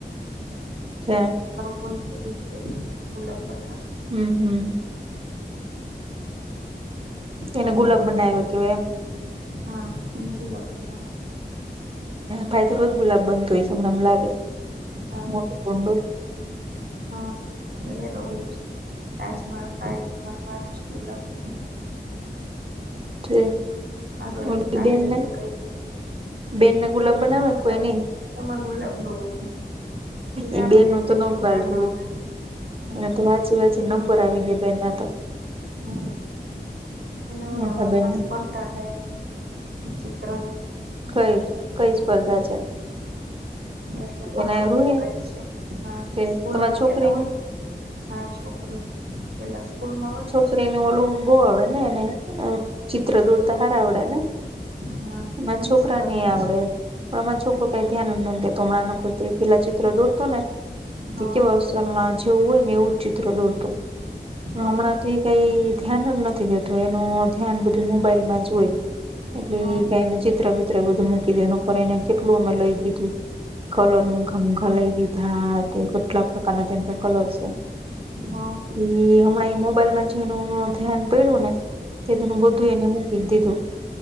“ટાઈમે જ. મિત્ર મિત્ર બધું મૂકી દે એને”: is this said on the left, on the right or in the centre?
Right